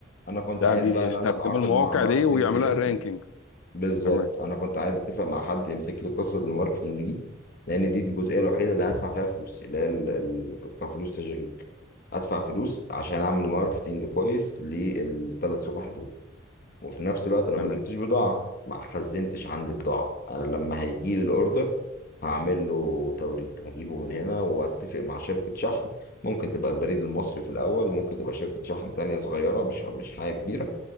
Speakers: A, on the left (about 45°); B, on the left (about 80°).
A: انا كنت
B: ده
A: عايز
B: بيستخدموا
A: بقى ان انا اتعاقد
B: المواقع
A: مع ماركتنج
B: دي ويعملوها
A: ايجنسي
B: رانكينج
A: بالظبط
B: تمام
A: انا كنت عايز اتفق مع حد يمسك لي قصة الماركتنج دي لان دي, دي الجزئية الوحيدة اللي هدفع فيها فلوس اللي هي ال- ال- كفلوس تشغيل ادفع فلوس عشان اعمل ماركتينج كويس للثلاث صفح دول وفي نفس الوقت انا
B: تمام
A: ما جبتش بضاعه ما خزنتش عندي بضاعه انا لما هيجي لي الاوردر هعمل له توريد هجيبه من هنا واتفق مع شركه شحن ممكن تبقى البريد المصري في الاول ممكن تبقى شركه شحن تانية صغيره مش مش حاجه كبيره